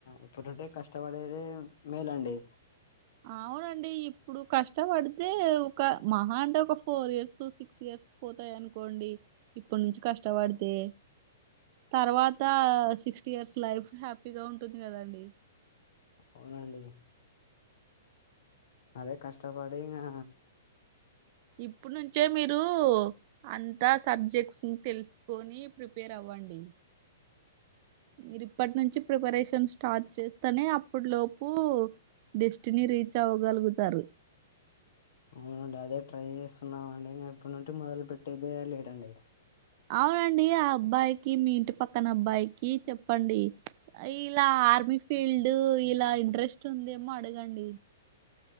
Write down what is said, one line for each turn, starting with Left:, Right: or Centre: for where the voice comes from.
Left: ఇప్పుడుంటే కష్టపడేది మేలండి
Right: అవునండి ఇప్పుడు కష్టపడితే ఒక మహా అంటే ఒక ఫోర్ ఇయర్స్ సిక్స్ ఇయర్స్ పోతాయి అనుకోండి ఇప్పటి నుంచి కష్టపడితే తర్వాత సిక్స్టీ ఇయర్స్ లైఫ్ హ్యాపీగా ఉంటుంది కదండి
Left: అవునండి అదే కష్టపడి ఇంకా
Right: ఇప్పుడు నుంచే మీరు అంతా సబ్జెక్ట్స్ తెలుసుకొని ప్రిపేర్ అవ్వండి మీరు ఇప్పటి నుంచి ప్రిపరేషన్ స్టార్ట్ చేస్తేనే అప్పటి లోపు డెస్టినీ రీచ్ అవ్వగలుగుతారు
Left: అవునండి అదే ట్రై చేస్తున్నాం అండి ఇంక ఇప్పటి నుండి మొదలు పెట్టేదే లేట్ అండి
Right: అవునండి ఆ అబ్బాయికి మీ ఇంటి పక్కన అబ్బాయికి చెప్పండి ఇలా ఆర్మీ ఫీల్డ్ ఇలా ఇంట్రెస్ట్ ఉందేమో అడగండి